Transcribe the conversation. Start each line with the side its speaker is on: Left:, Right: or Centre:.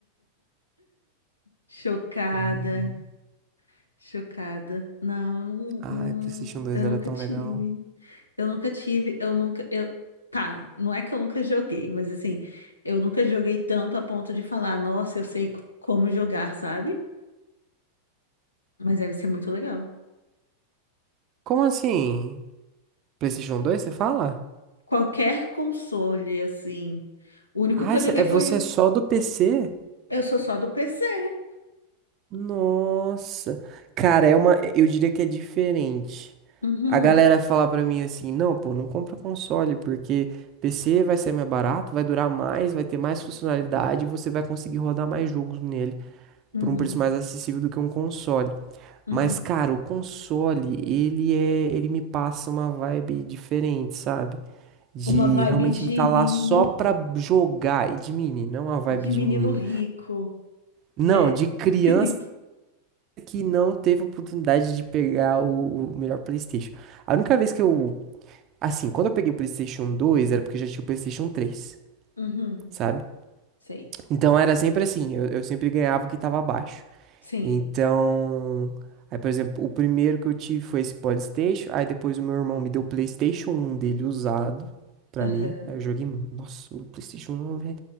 Left: Chocada.
Right: Hum.
Left: Chocada. Não, eu não,
Right: Ai, PlayStation
Left: não,
Right: dois
Left: eu
Right: era
Left: nunca
Right: tão
Left: tive.
Right: legal.
Left: Eu nunca tive, eu nunca, eu, tá, não é que eu nunca joguei, mas assim, eu nunca joguei tanto a ponto de falar, nossa, eu sei co- como jogar, sabe? Mas deve ser muito legal.
Right: Como assim? PlayStation dois, você fala?
Left: Qualquer console, assim. O único
Right: Ah,
Left: que eu
Right: cê-
Left: joguei
Right: é
Left: foi,
Right: você
Left: o-
Right: é só do PC?
Left: eu sou só do PC.
Right: Nossa. Cara, é uma, eu diria que é diferente.
Left: Uhum,
Right: A galera fala pra mim assim: "Não, pô, não compra console porque PC vai ser mais barato, vai durar mais, vai ter mais funcionalidade, e você vai conseguir rodar mais jogos nele
Left: uhum,
Right: por um preço mais acessível do que um console".
Left: uhum.
Right: Mas, cara, o console, ele é, ele me passa uma vibe diferente, sabe? De
Left: Uma vibe
Right: realmente
Left: de
Right: ele tá
Left: menino,
Right: lá só pra jogar. E de menino, não é uma vibe
Left: de
Right: de
Left: menino
Right: menino.
Left: rico.
Right: Não,
Left: É.
Right: de criança
Left: <laughs>
Right: que não teve oportunidade de pegar o, o melhor PlayStation. A única vez que eu. Assim, quando eu peguei o PlayStation 2, era porque eu já tinha o PlayStation 3,
Left: Uhum,
Right: sabe?
Left: sei.
Right: Então era sempre assim, eu, eu sempre ganhava o que tava abaixo.
Left: Sim.
Right: Então, aí, por exemplo, o primeiro que eu tive foi esse PlayStation. Aí depois o meu irmão me deu o PlayStation um dele usado pra
Left: Aham,
Right: mim. Aí eu joguei, mu- nossa, o PlayStation um eu re-